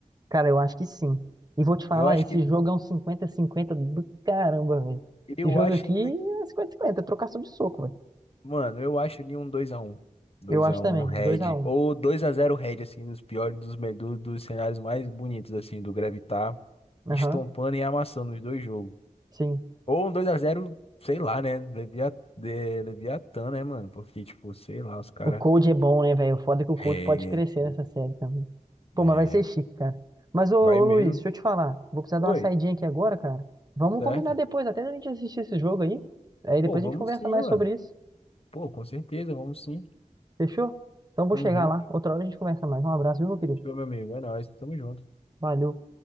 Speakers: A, on the right; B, on the left.
A: Cara, eu acho que sim. E vou te falar,
B: Eu acho
A: esse
B: que
A: jogo é um 50 cinquenta do caramba, velho.
B: eu
A: Esse jogo
B: acho
A: aqui
B: ainda,
A: é 50-50, é trocação de soco, velho.
B: mano, eu acho ali um 2x1. 2x1
A: Eu acho também,
B: Red.
A: dois a um
B: Ou dois a zero Red, assim, dos piores, dos, me- do- dos cenários mais bonitos, assim, do Greve tá
A: Aham,
B: Estompando e amassando os dois jogos.
A: sim.
B: Ou um 2x0, sei lá, né? Levia, de, Leviatã, né, mano? Porque, tipo, sei lá, os caras.
A: O Cold é bom, né, velho? O foda é que o Cold
B: É,
A: pode crescer
B: pô,
A: nessa série também. Pô,
B: é.
A: mas vai ser chique, cara. Mas, ô, ô
B: Vai mesmo.
A: Luiz, deixa eu te falar. Vou precisar
B: Oi,
A: dar uma saidinha aqui agora, cara. Vamos
B: certo?
A: combinar depois, até a gente assistir esse jogo aí. Aí depois
B: Pô, vamos
A: a gente conversa
B: sim,
A: mais
B: mano.
A: sobre isso.
B: Pô, com certeza, vamos sim.
A: Fechou? Então vou
B: Uhum.
A: chegar lá. Outra hora a gente conversa mais. Um abraço, viu, meu querido?
B: Show, meu amigo. É nóis. Tamo junto.
A: Valeu.